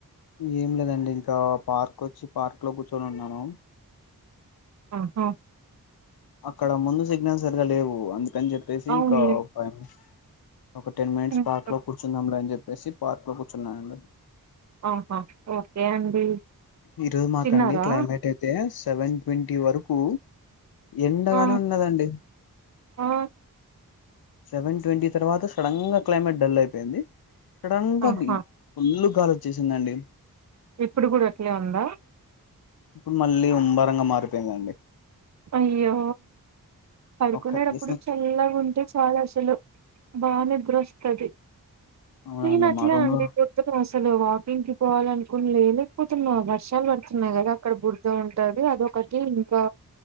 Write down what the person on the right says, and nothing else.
ఆహ
అవునులే
ఉహు,
ఆహ ఓకే అండి
తిన్నారా
ఆ
ఆ
ఆహా
ఇప్పుడు కూడా అట్లే ఉందా
అయ్యో పడుకునేటప్పుడు
చల్లగుంటే చాలు అసలు బా నిద్రొస్తది
నేన అట్లే
అండి
పొద్దున్న ఆస్ అసలు వాకింగ్ కి పోవాలనుకుని లే లేకపోతున్నా వర్షాలు పడుతున్నాయి కదా అక్కడ బుర్ద ఉంటది అదొ కటి ఇంకా